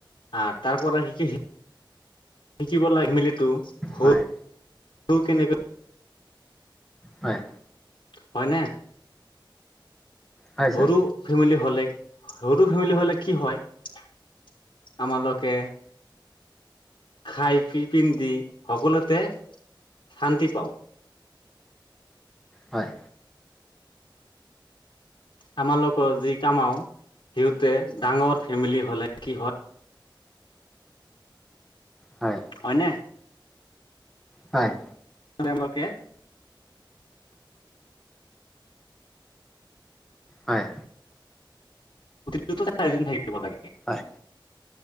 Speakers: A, on the left (about 75°); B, in the centre.
A: আঁহ', তাৰপৰা শি- কিব লাগি মেলিটো হ'ল
B: হয়
A: কেনে
B: হয়
A: হয় নে।
B: হয় ছাৰ
A: সৰু- ফেমিলি হ'লে, সৰু ফেমিলি হ'লে কি হয় আমালোকে- খাই পিন্ধি সকলোতে শান্তি পাওঁ।
B: হয়।
A: আমাৰলোকৰ যি কামাও সিহঁতে ডাঙৰ ফেমিলি হ'লে কি হয়
B: হয়।
A: হয় নে।
B: হয়।
A: <unintelligible>
B: হয়।
A: প্ৰতিজন থাকিব লাগে।
B: হয়।